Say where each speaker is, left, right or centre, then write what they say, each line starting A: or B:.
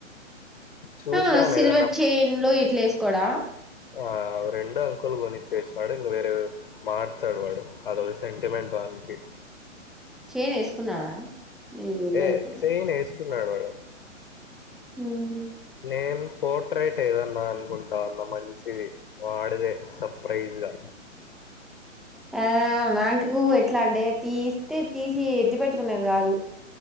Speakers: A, on the left; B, in the centre.
A: చూద్దాం
B: ఆ సిల్వర్
A: ఏదన్నా
B: చైన్ లో ఇట్లా ఏసుకోడా
A: వావ్ రెండు అంకులు గొనిచ్చేసినడు ఇంగా వేరేవే మార్చాడు వాడు అదో సెంటిమెంట్ వానికి
B: చైన్ ఏసుకున్నాడా నీన్ జుడలే
A: ఏ
B: ఏప్పుడు
A: చైన్ ఏసుకున్నాడు వాడు.
B: ఉహ్
A: నేన్ పోర్ట్రేట్ ఏదన్నా అనుకుంటాన్నా మంచిది. వాడిదే సర్ప్రైజగా
B: ఆ నాకు ఎట్లా అంటే తీస్తే తీసి ఎత్తి పెట్టుకునేది కాదు.